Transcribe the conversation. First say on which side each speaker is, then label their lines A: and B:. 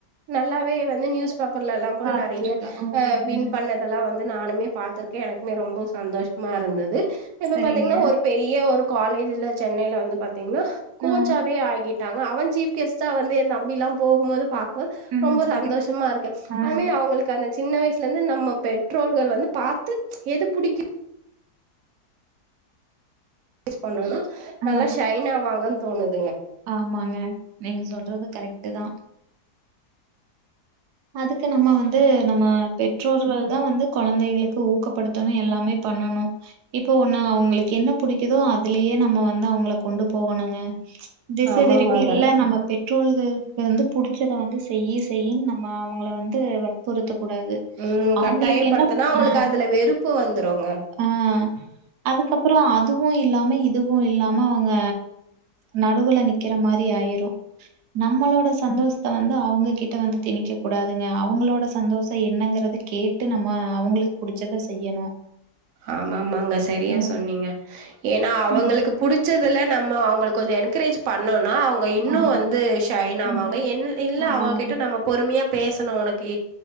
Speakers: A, on the right; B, on the right.
A: நல்லாவே வந்து நியூஸ் பேப்பர்ல எல்லாம் கூட
B: சாதிச்சிருக்கு
A: நறைய
B: ஓகேங்க
A: வின் பண்ணதெல்லா வந்து நானுமே பாத்துருக்க எனக்குமே ரொம்ப சந்தோஷமா இருந்தது இப்ப
B: சரிங்க
A: பாத்தீங்கன்னா ஒரு ஒரு காலேஜ்ல சென்னைல வந்து பாத் திங்னா கோச்சாவே
B: ம்
A: ஆகிட் டாங்க அவன் சீப் கெஸ்டா வந்து எந் தம்பி எல்லா போகும்போது பா போது
B: ம்
A: ரொம்போ
B: சரி
A: சந்தோஷமா இருக்கு
B: ஆ
A: அதுமே அவங்களுக்கு அந்த சின்ன வயிசு வீட்லருந்து நம்ம பெற்றோர்கள் வந்து பாத்து எது புடிக்கு புஸ் பண்றாங்கனா
B: ஆ
A: நல்லா ஷைனாவாங்க <unintelligible>
B: ஆமாங்க நீங்க சொல்றது கரெக்ட்டுதா அதுக்கு நம்ம வந் து நம்ம பெற்றோர்கள்தா வந்து கொழந்தைகளுக்கு ஊக்கப்படுத்தணு எல்லாமே பண்ணணு இப்போ ஒண்ணு அவங்ளுக்கு என்ன புடிக்குதோ அது அதுலயே நம்ம வந்து அவங்கள கொண்டு போகணுங்க திச
A: ஆமா
B: திருப்பி
A: ஆமாங்க
B: இல்ல நம்ம பெற்றோர்கள் இது வந்து புடிச்சத வந்து செய் நம்ம அவங்கள வந்து வற்புறுத்தக் கூடாது
A: ம்
B: அவங்களுக்கு
A: கட்டாயப்படுத்துனா
B: என்ன
A: அவங்களுக்கு
B: ஆ
A: அதுல வெறுப்பு வந்துருங்க
B: அ அதுக்கப்பறோ அது அதுவு இல்லாம இதுவு இல்லாம அவங்க நடுவுல நிக்குற மாரி ஆயிரு நம்மளோட சந்தோஷத்த வந்து அவங்க கிட் ட வந்து திணிக்க கூடாதுங்க அவங்களோட சந்தோஷ என்னங்கறத கேட்டு நம்ம அவங்களுக்கு புடிச்சத செய்யணு
A: ஆமாமாங்க சரியா
B: ம்
A: சொன்னீங்க ஏன்னா அவங்களுக்கு
B: ம்
A: புடுச்சதுல நம்ம அவங்களுக்கு கொஞ்சோ என்கரேஜ் பண்ணோன் நா அவங்க இன்னு
B: ஆமா
A: வந்து ஷைன் ஆவாங்க
B: ம்
A: இல்ல
B: ஆமாங்க
A: அவங்ககிட்ட நம்ம பொறுமியா பேசணு உனக்கே